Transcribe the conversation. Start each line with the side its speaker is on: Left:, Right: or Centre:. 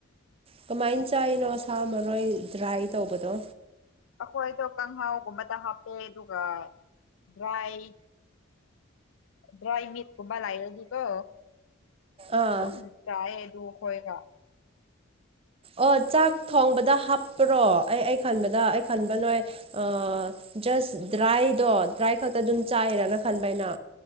Right: ꯀꯃꯥꯏꯅ ꯆꯥꯏꯅꯣ ꯁꯥ ꯃꯔꯣꯏ ꯗ꯭ꯔꯥꯏ ꯇꯧꯕꯗꯣ
Left: ꯑꯩꯈꯣꯏꯗꯣ ꯀꯥꯡꯪꯍꯥꯎꯒꯨꯝꯕꯗ ꯍꯥꯞꯄꯦ ꯑꯗꯨꯒ ꯗ꯭ꯔꯥꯏ ꯗ꯭ꯔꯥꯏꯃꯤꯠ ꯈꯨꯕꯂꯔꯗꯤꯀꯣ
Right: ꯑꯥ
Left: ꯇꯝ ꯆꯑꯗꯨ ꯍꯣꯏꯒ
Right: ꯑꯣ ꯆꯥꯛ ꯊꯣꯡꯕꯗ ꯍꯥꯞꯄ꯭ꯔꯣ ꯑꯩ ꯑꯩ ꯈꯟꯕꯗ ꯑꯩ ꯈꯟꯕ ꯅꯣꯏ ꯑ ꯖꯁ ꯗ꯭ꯔꯥꯏꯗꯣ ꯗ꯭ꯔꯥꯏ ꯈꯛꯇ ꯑꯗꯨꯝ ꯆꯥꯏꯔꯅ ꯈꯟꯕ ꯑꯩꯅ